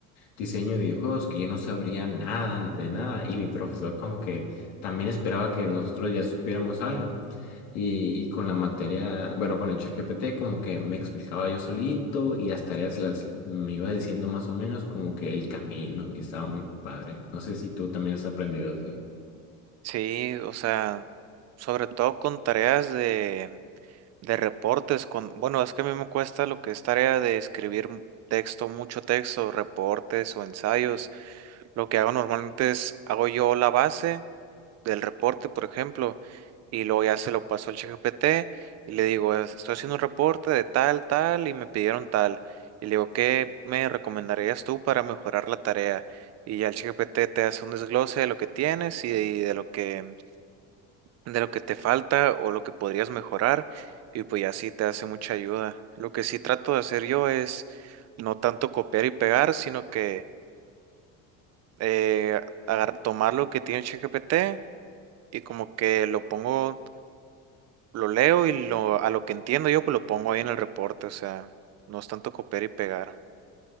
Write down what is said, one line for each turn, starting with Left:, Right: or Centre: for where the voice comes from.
Left: diseño de videojuegos que yo no sabría nada de nada y mi profesor como que también esperaba que nosotros ya supiéramos algo. Y, y con la materia, bueno, con el ChatGPT como que me explicaba yo solito y las tareas las me iba diciendo más o menos como que el camino y estaba muy padre. No sé si tú también has aprendido así.
Right: Sí, o sea, sobre todo con tareas de, de reportes, con, bueno, es que a mí me cuesta lo que es tarea de escribir m- texto, mucho texto, reportes o ensayos. Lo que hago normalmente es, hago yo la base del reporte, por ejemplo, y luego ya se lo paso al ChatGPT y le digo, "Es- estoy haciendo un reporte de tal, tal, y me pidieron tal. Y le digo, ¿qué me recomendarías tú para mejorar la tarea? Y ya el ChatGPT te hace un desglose de lo que tienes y de y de lo que de lo que te falta o lo que podrías mejorar y pues ya sí te hace mucha ayuda. Lo que sí trato de hacer yo es no tanto copiar y pegar, sino que eh, agar- tomar lo que tiene ChatGPT y como que lo pongo, lo leo y lo, a lo que entiendo yo pues lo pongo ahí en el reporte, o sea, no es tanto copiar y pegar.